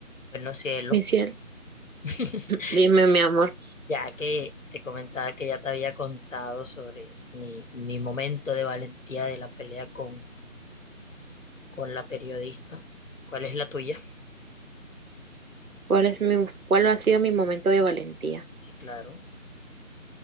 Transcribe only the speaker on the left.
Bueno, cielo,
<laughs>
ya que te comentaba que ya te había contado sobre mi, mi momento de valentía de la pelea con, con la periodista, ¿cuál es la tuya?
Sí, claro,